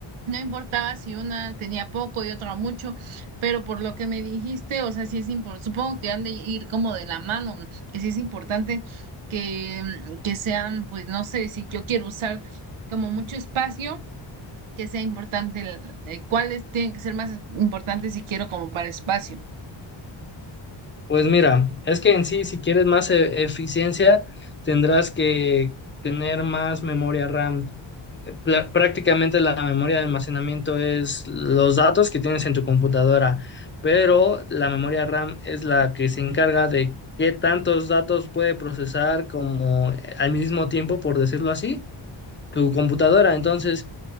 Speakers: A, on the right; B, on the left.
A: no importaba si una tenía poco y otra mucho, pero por lo que me dijiste, o sea, sí es importante, supongo que han de ir como de la mano, mm, que sí es importante que, mm, que sean, pues no sé, si yo quiero usar como mucho espacio, que sea importante, el- eh, cuáles tienen que ser más importantes si quiero como para espacio.
B: Pues mira, es que en sí, si quieres más e- eficiencia, tendrás que tener más memoria RAM. Pla- Prácticamente la memoria de almacenamiento es los datos que tienes en tu computadora, pero la memoria RAM es la que se encarga de qué tantos datos puede procesar como eh, al mismo tiempo, por decirlo así, tu computadora. Entonces,